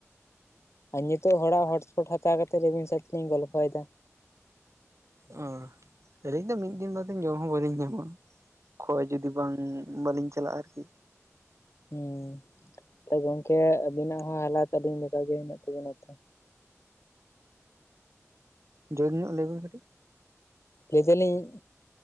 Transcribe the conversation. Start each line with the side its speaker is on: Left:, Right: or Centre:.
Left: ᱟᱨ ᱱᱤᱛᱚᱜ ᱦᱚᱲᱟᱜ ᱦᱚᱴᱥᱯᱚᱴ ᱦᱟᱛᱟᱣ ᱠᱟᱛᱮ ᱨᱟᱵᱤᱱ ᱥᱟᱶ ᱛᱮᱞᱤᱧ ᱜᱚᱞᱯᱷᱚᱭᱮᱫᱟ᱾
Right: ᱚ ᱟᱹᱞᱤᱧ ᱫᱚ ᱢᱤᱫ ᱫᱤᱱ ᱵᱟᱨᱫᱤᱱ ᱡᱚᱢ ᱦᱚᱸ ᱵᱟᱹᱞᱤᱧ ᱧᱟᱢᱟ᱾ ᱠᱷᱚᱭ ᱡᱩᱫᱤ ᱵᱟᱝ ᱵᱟᱞᱤᱧ ᱪᱟᱞᱟᱜᱼᱟ ᱟᱨᱠᱤ᱾
Left: ᱦᱮᱸ ᱛᱚ ᱜᱚᱝᱠᱮ ᱟᱵᱤᱱᱟᱜ ᱦᱚᱸ ᱦᱟᱞᱟᱛ ᱟᱞᱤᱧ ᱞᱮᱠᱟᱜᱮ ᱦᱮᱱᱟᱜ ᱛᱟᱵᱤᱱᱟ ᱛᱚ᱾
Right: ᱡᱳᱨ ᱧᱚᱜ ᱞᱟᱹᱭᱢᱮ ᱠᱟᱴᱤᱡ᱾
Left: ᱞᱟᱹᱭ ᱫᱟᱹᱞᱤᱧ